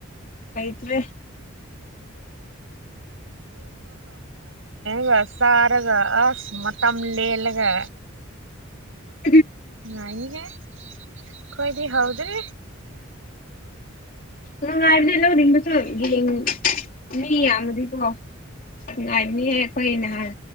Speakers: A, on the left (about 40°); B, on the right (about 70°).
A: ꯀꯩꯇ꯭ꯔꯦ
B: ꯒ ꯁꯔꯒ ꯑꯁ ꯃ ꯃꯇꯝ ꯂꯦꯂꯒ
A: ꯑ
B: ꯉ ꯏꯒꯦ ꯀꯣꯏꯗ ꯍꯥꯎꯗ꯭ꯔꯔꯤ
A: ꯅꯨꯡꯉꯥꯏꯕꯅꯤ ꯂꯧꯅꯤꯡꯕꯁꯨ ꯌꯦꯡꯅꯤ ꯌꯥꯝꯃꯗꯤꯀꯣ ꯉꯅꯨꯡꯉꯥꯏꯅꯤꯍ ꯑꯩꯈꯣꯏ ꯅꯍꯥꯟ